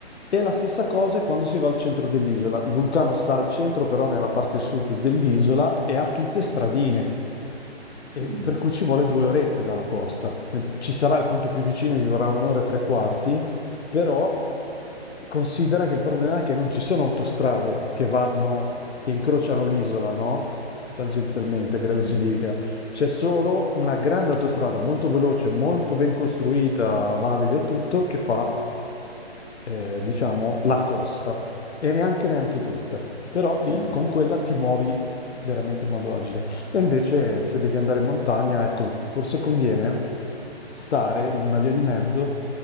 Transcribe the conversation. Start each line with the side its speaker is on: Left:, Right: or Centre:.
Left: E la stessa cosa è quando si va al centro dell'isola. Il vulcano sta al centro, però nella parte sud dell'isola e ha tutte stradine, e
Right: Mm,
Left: per cui ci vuole due orette dalla costa. Eh, Ci sarà il punto più vicino, ci vorrà un'ora e tre quarti, però considera che il problema è che non ci sono autostrade che vanno, che incrociano l'isola, no? Tangenzialmente, credo
Right: mm,
Left: si dica. C'è solo una grande autostrada molto veloce, molto ben costruita, valida e tutto, che fa, eh, diciamo, la costa. E neanche neanche tutta. Però lì
Right: mm,
Left: con quella ti muovi veramente in modo agile. E invece se devi andare in montagna, ecco, forse conviene stare in una via di mezzo